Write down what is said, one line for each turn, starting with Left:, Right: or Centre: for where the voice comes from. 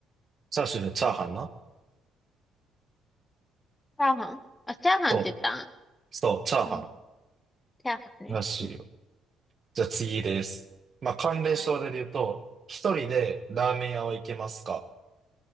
Right: チャーシューね、チャーハンな。
Left: う。チャーハンあ、チャーハンって言ったん
Right: そう、そう、チャーハン
Left: うん。チャーハンね。
Right: らしいよ。
Left: うん。
Right: じゃあ次です。まあ、関連しで言うと、
Left: はい。
Right: 一人でラーメン屋は行けますか